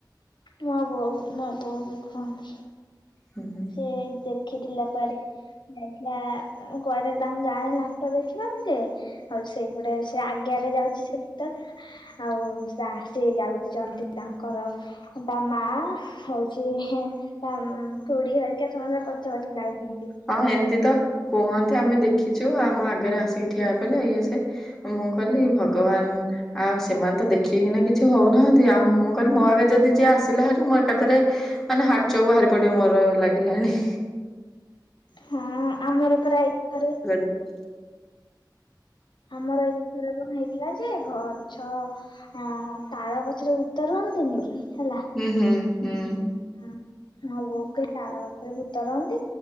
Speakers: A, on the left (about 75°); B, in the centre.
A: ମୋ ବୋଉ ମୋ ବୋଉ ବି କୁହନ୍ତି।
B: ହୁଁ ହୁଁ।
A: ଯେ ଦେଖିଥିଲା କୁଆଡେ। ଯାଇଥିଲା କୁଆଡେ ତାଙ୍କ ଗାଁରେ ନାଟ ଦେଖିବାକୁ ଯେ ଆଉ ସେଇପଟେ ସେ ଆଗେ ଆଗେ ଯାଉଚି ସେ ତ ଆଉ ସା ସେ ଯାଉଚନ୍ତି ତାଙ୍କର। ତା ମା ହୋଉଚି ହେଁ ତାମ୍ ଖୁଡି ହେରିକା ସମସ୍ତେ ପଛେ ପଛେ ଯାଉଚନ୍ତି।
B: ହଁ ଏମତି ତ କୁହନ୍ତି ଆମେ ଦେଖିଛୁ ଆମ ଆଗରେ ଆସିକି ଠିଆ ହେ ପଲେ ଇଏସିଏ। ମୁଁ କହିଲି ଭଗବାନ୍। ଆଉ ସେମାନେ ତ ଦେଖିକିନା କିଛି ହୋଉନାହାନ୍ତି ଆଉ ମୁଁ କହିଲି ମୋ ଆଗେ ଯଦି ଯିଏ ଆସିଲା ହାରି ମୁଁ ଏକାଥରେ ମାନେ ହାଟ୍ ଚୋକ ବାହାରି ପଡିବ ମୋର ଲାଗିଲାାଣି।
A: ହଁ ଆମର ପୁରା ଏଇଥରେ।
B: ସେ
A: ଆମର ଏଇଠି ଥରେ କଣ ହେଇଥିଲା ଯେ ଗଛ। ହଁ ତାଳ ଗଛରେ ଭୁତ୍ତ ରୁହନ୍ତିନେହିଁ କି ହେଲା।
B: ହୁଁ ହୁଁ ହୁଁ।
A: ହୁଁ ମୋ ବୋଉ କୁହେ ତାଳ ଗଛରେ ଭୂତ ରହନ୍ତି।